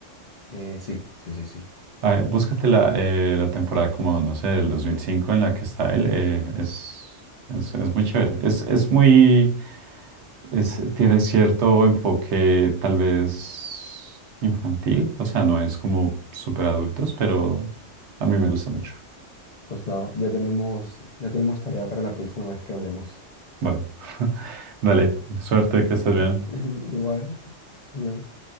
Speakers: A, on the left (about 50°); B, on the right (about 70°).
A: Eh, sí, sí, sí, sí.
B: Ah, búscate la, eh, la temporada como, no sé, del 2005 en la que está él. eh, es, es, es muy chévere. Es, es muy es, tiene cierto enfoque tal vez infantil, o sea, no es como súper adultos, pero a mí me gusta mucho.
A: Pues nada, ya tenemos, ya tenemos tarea para la próxima vez que hablemos.
B: Vale, <laughs> dale, suerte,
A: <laughs>
B: que estés bien.
A: Igual. Adiós.